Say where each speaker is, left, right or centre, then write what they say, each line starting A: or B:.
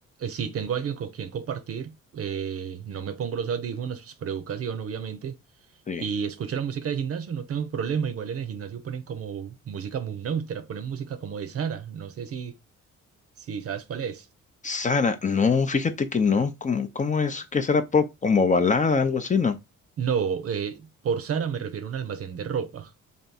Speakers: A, on the right; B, on the left.
A: si tengo alguien con quien compartir, eh, no me pongo los audífonos, pues por educación obviamente,
B: sí.
A: y escucho la música del gimnasio, no tengo problema, igual en el gimnasio ponen como música muy neutra, ponen música como de Sara, no sé si, si sabes cuál es.
B: Sara, no, fíjate que no, ¿cómo, cómo es que será pop? Como balada, algo así, ¿no?
A: No, eh, por Sara me refiero a un almacén de ropa.